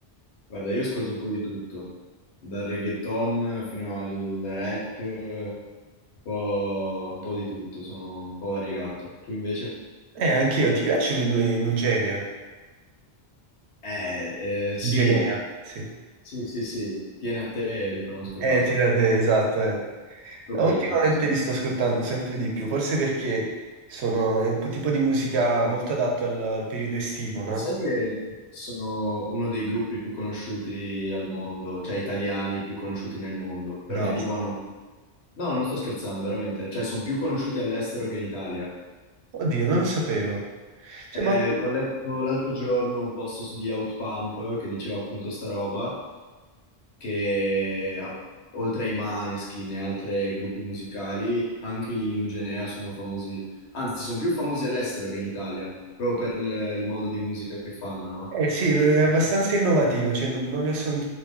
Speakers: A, on the left (about 85°); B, on the right (about 80°).
A: Guarda, io ascolto un po' di tutto, dal reggaeton fino al rap, un po', un po' di tutto, sono un po' variegato. Tu invece?
B: Eh, anch'io, ti piacciono i Nu- i Nugenea?
A: Eh, eh, sì,
B: Nugenea, sì.
A: sì, sì, sì, tieni a te, conosco e
B: Eh,
A: basta.
B: tirate, esatto, eh.
A: Solo
B: No,
A: quella
B: ultimamente
A: conosco.
B: li sto ascoltando sempre di più, forse perché sono, è un po' tipo di musica molto adatto al, al periodo estivo, no?
A: Ma sai che sono uno dei gruppi più conosciuti al mondo, cioè italiani più conosciuti nel mondo, perché
B: No.
A: tipo hanno... No, non sto scherzando, veramente, cioè sono più conosciuti all'estero che in Italia.
B: Oddio, non lo sapevo. Cioè,
A: Eh,
B: ma...
A: ho letto l'altro giorno un post su- di Outpump che diceva appunto sta roba, che a- oltre ai Maneskin e altri gruppi musicali, anche i Nugenea sono famosi, anzi sono più famosi all'estero che in Italia, proprio per il, il modo di musica che fanno,
B: Eh sì, è abbastanza
A: no?
B: innovativo, cioè non, non li ho son-